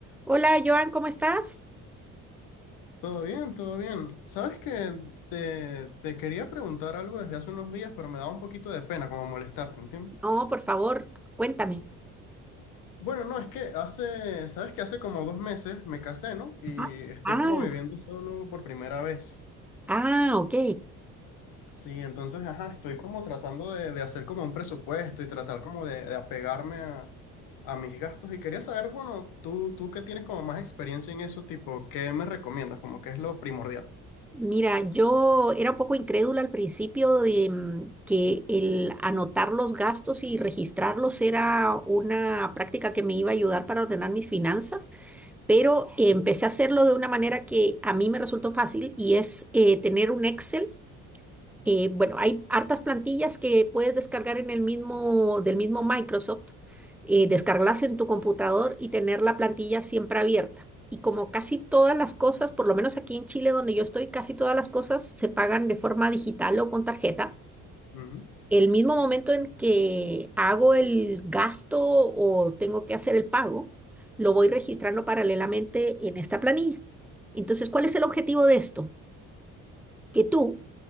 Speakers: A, in the centre; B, on the left.
A: Hola, Joan, ¿cómo estás?
B: Todo bien, todo bien. Sabes que te, te quería preguntar algo desde hace unos días, pero me daba un poquito de pena como molestarte, ¿entiendes?
A: No, por favor, cuéntame.
B: Bueno, no, es que hace, sabes que hace como dos meses me casé, ¿no? Y
A: Ajá.
B: estoy
A: Ah,
B: como viviendo solo por primera vez.
A: ah, ok.
B: Sí, entonces, ajá, estoy como tratando de, de hacer como un presupuesto y tratar como de, de apegarme a, a mis gastos. Y quería saber, bueno, tú, tú que tienes como más experiencia en eso, tipo, ¿qué me recomiendas? Como que es lo primordial.
A: Mira, yo era un poco incrédula al principio de mm, que el anotar los gastos y registrarlos era una práctica que me iba a ayudar para ordenar mis finanzas, pero empecé a hacerlo de una manera que a mí me resultó fácil y es eh, tener un Excel Eh, bueno, hay hartas plantillas que puedes descargar en el mismo, del mismo Microsoft, eh, descargarlas en tu computador y tener la plantilla siempre abierta. Y como casi todas las cosas, por lo menos aquí en Chile donde yo estoy, casi todas las cosas se pagan de forma digital o con tarjeta.
B: Ujú,
A: El mismo momento en que hago el gasto o tengo que hacer el pago, lo voy registrando paralelamente en esta planilla. Entonces, ¿cuál es el objetivo de esto? Que tú